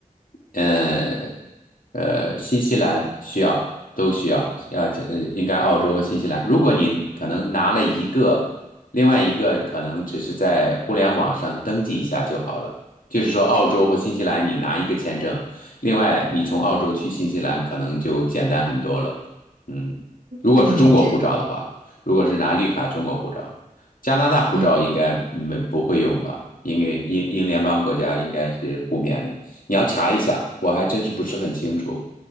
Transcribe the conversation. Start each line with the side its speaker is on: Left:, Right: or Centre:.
Left: 呃呃，新西兰需要都需要，要呃应该澳洲和新西兰。如果你可能拿了一个，另外一个可能只是在互联网上登记一下就好了。就是说，澳洲或新西兰你拿一个签证，另外你从澳洲去新西兰可能就简单很多了。嗯，如果是中国护照的话，
Right: 嗯，这样，
Left: 如果是拿绿卡中国护照，加拿大护照应该没不会用吧？
Right: 嗯，
Left: 因为英英联邦国家应该是互免的。你要查一下，我还真是不是很清楚。